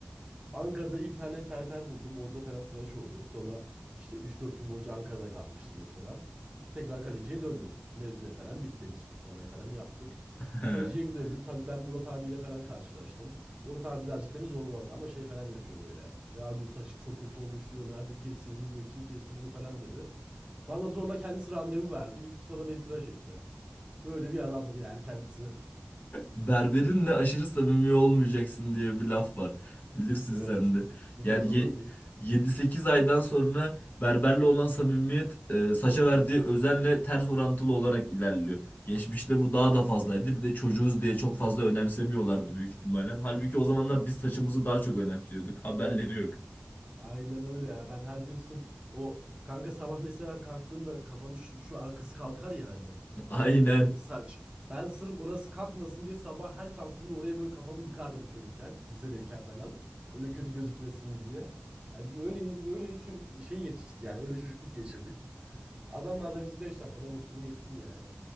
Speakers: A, on the right (about 25°); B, on the left (about 50°).
A: Ankara'da iyi bir tane berber buldum. Orada falan tıraş oldum. Sonra işte üç dört gün boyunca Ankara'da kalmıştım o sıra. Tekrar Kaleci'ye döndüm. Mezuniyet falan bitti. Biz kutlamayı falan yaptık.
B: Hı.
A: Kaleci'ye
B: <laughs>
A: bir döndüm. Tabii ben Murat abiyle falan karşılaştım. Murat abi birazcık beni zorbaladı ama şey falan yapıyor böyle. Ya diyor saçın çok kötü olmuş diyor. Nerede kestirdin diyor. Kim kesti bunu falan dedi. Bana zorla kendisi randevu verdi. Gitti sonra beni tıraş etti. Böyle bir adamdır yani kendisi.
B: Berberinle aşırı samimi olmayacaksın diye bir laf var. Bilirsin
A: Evet.
B: sen de.
A: Bilmez
B: Yani
A: olur
B: ye-
A: muyum?
B: 7-8 aydan sonra berberle olan samimiyet e, saça verdiği özenle ters orantılı olarak ilerliyor. Geçmişte bu daha da fazlaydı. Bir de çocuğuz diye çok fazla önemsemiyorlardı büyük ihtimalle. Halbuki o zamanlar biz saçımızı daha çok önemsiyorduk. Haberleri yok.
A: Aynen öyle ya. Ben her gün sırf o kanka sabah mesela kalktığında kafanın şu, şu arkası kalkar yani.
B: <laughs> Aynen.
A: Oradaki saç. Ben sırf orası kalkmasın diye sabah her kalktığımda oraya böyle kafamı yıkardım çocukken. Lisedeyken falan. Öyle kötü gözükmesin diye. Yani bir öyle öyle ço- şey yetiştik yani. Öyle çocukluk geçirdik. Adamlar da bizi 5 dakikada vursun geçsin yani.